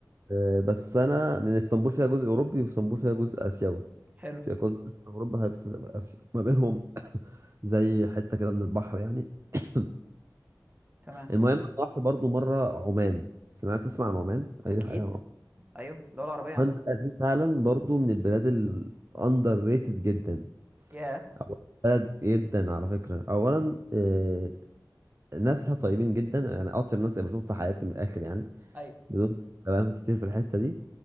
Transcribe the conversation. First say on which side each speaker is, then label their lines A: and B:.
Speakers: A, on the right; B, on the right.
A: آه، بس انا لان اسطنبول فيها جزء اوروبي واسطنبول فيها جزء اسيوي
B: حلو
A: فيها جزء اوروبا هيبقى اسيا ما بينهم <coughs> زي حته كده من البحر يعني <coughs>
B: تمام
A: المهم أنا رحت برضو مره عمان سمعت تسمع عن عمان اي
B: اكيد
A: حاجه
B: ايوه دولة عربية يا عم
A: المنطقة دي فعلا برضو من البلاد الاندر ريتد جدا
B: ياه
A: أو بلد جدا على فكرة أولا آه، ناسها طيبين جدا يعني أطيب ناس قابلتهم في حياتي من الآخر يعني
B: ايوه
A: بدون كلام كتير في الحتة دي